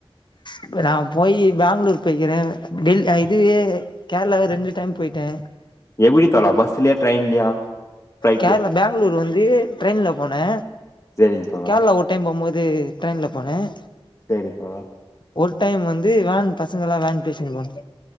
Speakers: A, on the left (about 50°); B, on the left (about 30°).
A: இப்ப நா போய் பேங்களூர் போய்கிற டெல் இதுவே கேரளாவே ரெண்டு டைம் போயிட்டே
B: எப்படித் தோழா பஸ்லயா ட்ரெயின்லயா ஃப்ளைட்லயா
A: கேரளா பேங்களூர் வந்து ட்ரெயின்ல போனே
B: செரிங்க தோழா
A: கேரளா ஒட் டைம் போம்போது ட்ரெயின்லா போனேன்
B: சரி தோழா
A: ஒரு டைம் வந்து வேன் பசங்கல்லாம் வேன் பேசின்னு போணும்